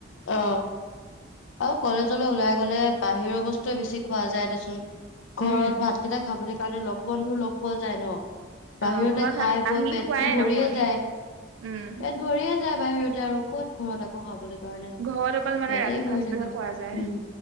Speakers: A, on the left; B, on the right.
A: অ, আৰু কলেজলৈ ওলাই গলে বাহিৰৰ বস্তুৱে বেছি খোৱা যায় দেচোন ঘৰত
B: উম
A: ভাতকেইটা খাবলৈ কাৰণে লগ বন্ধু লগ পোৱা যায় ন বাহিৰতে
B: অ ঘৰত
A: খাই
B: ভাত
A: বৈ
B: আহি
A: পেটতটো
B: খোৱাই
A: ভৰিয়ে
B: নহয়
A: যায়। পেট
B: উম
A: ভৰিয়ে যায় য বাহিৰতে আৰু ক'ত ঘৰত আকৌ খাবলৈাগ কাৰণে।
B: ঘৰত অকল মানে
A: পেট
B: ৰাতি
A: ভৰি
B: সাঁজটোহে
A: থাকে।
B: খোৱা যায়
A: উম,